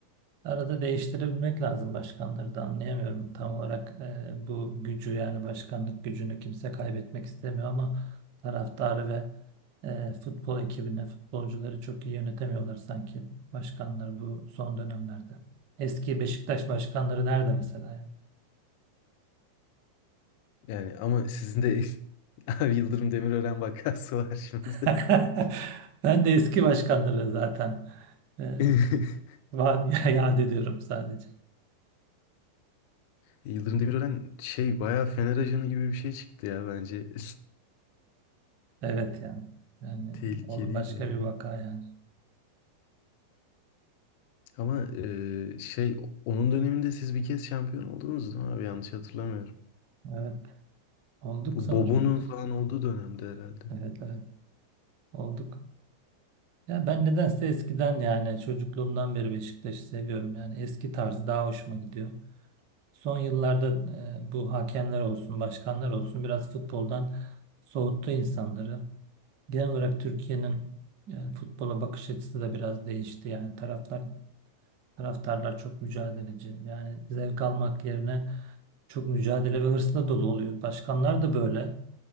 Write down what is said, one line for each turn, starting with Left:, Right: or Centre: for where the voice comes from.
Right: Arada değiştirebilmek lazım başkanları da anlayamıyorum. Tam olarak e, bu gücü yani başkanlık gücünü kimse kaybetmek istemiyor ama taraftarı ve e, futbol ekibini, futbolcuları çok iyi yönetemiyorlar sanki başkanları bu son dönemlerde. Eski Beşiktaş başkanları nerede mesela yani?
Left: Yani ama sizin de <laughs> abi Yıldırım Demirören vakası var şimdi.
Right: <laughs> Ben de eski başkanları zaten e,
Left: <laughs>
Right: var <laughs> ya, yad ediyorum sadece.
Left: Yıldırım Demirören şey bayağı Fener ajanı gibi bir şey çıktı ya bence. <laughs>
Right: Evet yani. Yani
Left: Tehlikeliydi
Right: ol- başka
Left: yani.
Right: bir vaka yani.
Left: Ama e, şey onun döneminde siz bir kez şampiyon oldunuz değil mi abi? Yanlış hatırlamıyorum.
Right: Evet olduk
Left: Bu
Right: sanırım.
Left: Bobo'nun falan olduğu dönemde herhalde.
Right: Evet evet. Olduk. Ya ben nedense eskiden yani çocukluğumdan beri Beşiktaş'ı seviyorum. Yani eski tarzı daha hoşuma gidiyor. Son yıllarda e, bu hakemler olsun, başkanlar olsun biraz futboldan soğuttu insanları. Genel olarak Türkiye'nin yani futbola bakış açısı da biraz değişti. Yani taraftar taraftarlar çok mücadeleci. Yani zevk almak yerine çok mücadele ve hırsla dolu oluyor. Başkanlar da böyle.